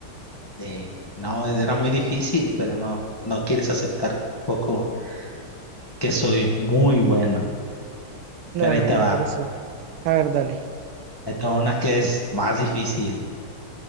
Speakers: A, on the left; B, on the right.
A: Sí, no, era muy difícil, pero no, no quieres aceptar tampoco que soy muy bueno.
B: No,
A: Pero
B: no,
A: ahí te
B: me
A: va.
B: pareció. A ver, dale.
A: Ahí te va una que es más difícil.